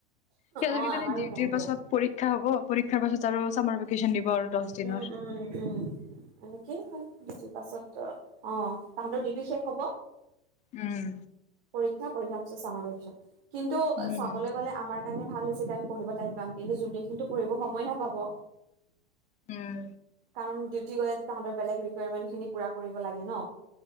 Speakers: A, on the left; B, on the right.
A: হেতৰ
B: অ
A: কেজনি
B: আমাৰো
A: ডিউটি
B: তেনেকে
A: পাছত পৰীক্ষা হব তাৰ পাছত আৰু চামাৰ ভেকেশচন দিব আৰু দহ দিনৰ।
B: উম উম উম এনেকে বি পাছত অ তাহাঁতৰ ডিউটি শেষ হ'ব
A: উম
B: পৰিক্ষা পৰক্ষাৰ পিছত চাম পিছত কিন্তু
A: উম
B: চাবলৈ গলে আমাৰ কাৰণে ভাল হৈছে ত আমি পঢ়িব টাইম পাম কিন্তু যোনে খিনিতো পঢ়িব সময় নাপাব
A: উম
B: কাৰণ ডিউটি গলে তাহতৰ বেলেগ ৰিকুৱাৰমেন্ট খিনি পুৰা কৰিব লাগে ন